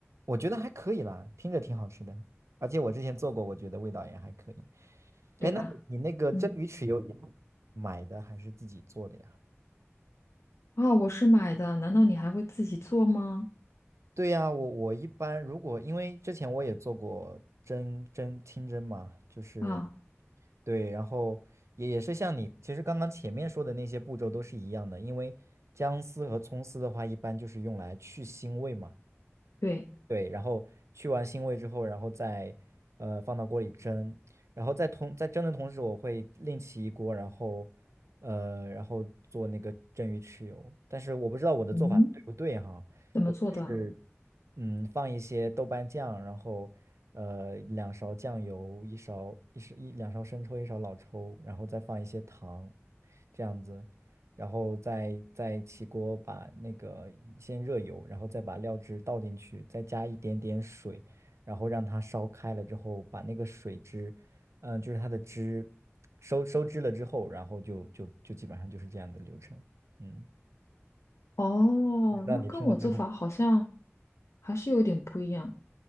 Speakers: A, on the right; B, on the left.
A: 我觉得还可以啦，听着挺好吃的，而且我之前做过，我觉得味道也还可以。
B: 对吧？
A: 哎，那你那个蒸鱼豉油你
B: 嗯，
A: 买的还是自己做的呀？
B: 啊，我是买的，难道你还会自己做吗？
A: 对呀，我我一般如果因为之前我也做过蒸蒸清蒸嘛，就是
B: 啊，
A: 对，然后也也是像你其实刚刚前面说的那些步骤都是一样的，因为姜丝和葱丝的话，一般就是用来去腥味嘛，
B: 对，
A: 对，然后去完腥味之后，然后再呃放到锅里蒸，然后在同在蒸的同时，我会另起一锅，然后呃然后做那个蒸鱼豉油，但是我不知道我的做法对不对哈。
B: 嗯，怎么做的啊？
A: 我就是嗯，放一些豆瓣酱，然后呃两勺酱油，一勺一勺一两勺生抽，一勺老抽，然后再放一些糖，这样子，然后再再起锅把那个先热油，然后再把料汁倒进去，再加一点点水，然后让它烧开了之后，把那个水汁，嗯、就是它的汁收收汁了之后，然后就就就基本上就是这样的流程。嗯，
B: 哦，
A: 不知道你听了之后，
B: 那跟我做法好像还是有点不一样，